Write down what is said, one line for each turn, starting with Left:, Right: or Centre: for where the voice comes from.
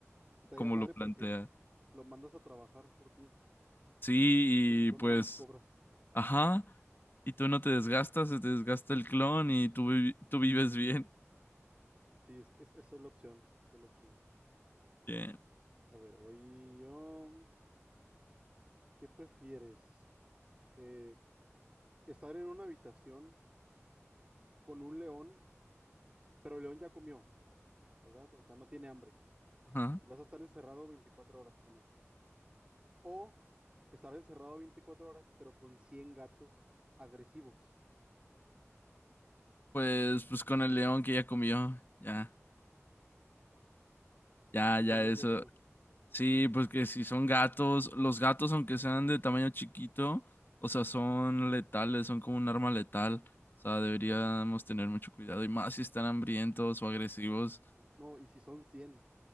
Right: sí estaría
Left: como
Right: padre
Left: lo plantea.
Right: porque lo mandas a trabajar por ti
Left: Sí,
Right: y tú, tú
Left: y pues,
Right: nada más cobras.
Left: ajá. Y tú no te desgastas, se te desgasta el clon y tú,
Right: Sí,
Left: vi- tú vives bien. <laughs>
Right: sí, es- es- esa es la opción, esa es la opción.
Left: Bien.
Right: A ver, voy yo. ¿Qué prefieres? Eh, estar en una habitación con un león, pero el león ya comió, ¿verdad? O sea, no tiene hambre.
Left: Ajá.
Right: Y vas a estar encerrado 24 horas con él. O estar encerrado 24 horas, pero con 100 gatos agresivos.
Left: Pues, pues con el león que ya comió. Ya, ya, ya,
Right: Con el león
Left: eso.
Right: que comió.
Left: Sí, pues que si son gatos, los gatos, aunque sean de tamaño chiquito, o sea, son letales, son como un arma letal. O sea, deberíamos tener mucho cuidado y más si están hambrientos o agresivos.
Right: No, y si son cien.